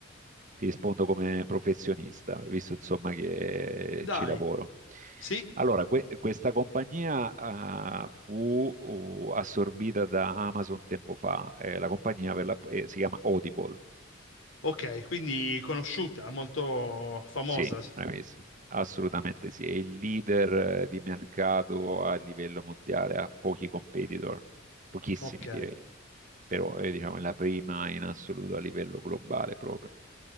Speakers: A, on the right; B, on the left.
A: Ti rispondo come professionista, visto insomma che
B: Dai,
A: ci lavoro.
B: sì,
A: Allora, que- questa compagnia ah, fu uh, assorbita da Amazon tempo fa, Eh, la compagnia per la- eh, si chiama Audible.
B: ok, quindi conosciuta, molto famosa.
A: Sì, bravissimo, assolutamente sì. È il leader eh, di mercato a livello mondiale, ha pochi competitor, pochissimi
B: Ok,
A: direi, però è, diciamo, la prima in assoluto a livello globale proprio.